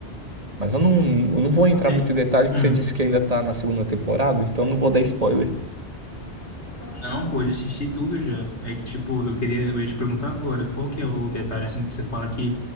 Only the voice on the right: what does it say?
Mas eu não, eu não vou entrar muito
em detalhe, que
você disse que ainda tá na segunda temporada, então eu não vou dar spoiler.